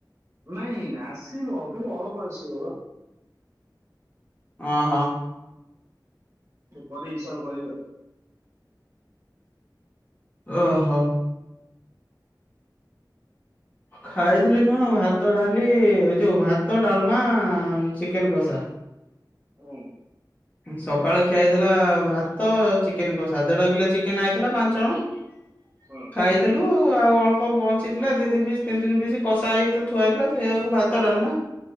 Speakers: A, on the right; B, on the left.
A: ନାଇଁ ଆସିବ କିନ୍ତୁ ଅଳପ ଆସିବ ପା।
B: ଅ ହଁ।
A: ହଁ ପରେ ହିସାବ କରିବେ।
B: ଓହୋ। ଖାଇଥିଲି
A: ଯୋଉ
B: କଣ
A: ଖା-
B: ଭାତ ଡାଲି ଏ ଯୋଉ ଭାତ ଡାଲମା ଚିକେନ କଷା।
A: ହୁଁ
B: ସକାଳେ ଖିଆ ହେଇଥିଲା ଭାତ ଚିକେନ କସା। ଦେଢ କିଲୋ ଚିକେନ ହେଇଥିଲା ପାଞ୍ଚ ଜଣ। <inaudible>
A: ହୁଁ
B: ଖାଇଥିଲୁ ଆଉ ଅଳ୍ପ ବଞ୍ଚିଥିଲା ଦି ଦି ପିସ୍ ତିନି ତିନି ପିସ୍ ତ କଷା ହେଇକି ତ ଥୁଆ ହେଇଥିଲା ସେଇଆକୁ ଭା ଭାତ ଡାଲମା